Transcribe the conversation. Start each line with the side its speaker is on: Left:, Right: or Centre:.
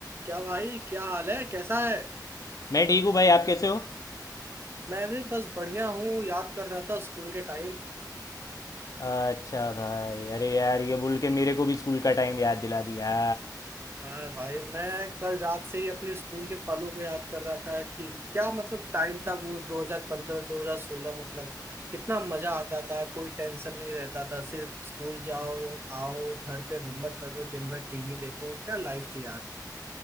Right: क्या भाई क्या हाल है कैसा है
Left: मैं ठीक हूँ भाई आप कैसे हो
Right: मैं भी बस बढ़िया हूँ याद कर रहा था स्कूल के टाइम
Left: अच्छा भाई अरे यार ये बोल के मेरे को भी स्कूल का टाइम याद दिला दिया
Right: हाँ भाई मैं कल रात से ही अपने स्कूल के पलों को याद कर रहा था कि क्या मतलब टाइम था वो 2015 2016 मतलब कितना मजा आता था कोई टेंशन नहीं रहता था सिर्फ स्कूल जाओ आओ घर पे होमवर्क करो दिन भर टीवी देखो क्या लाइफ थी यार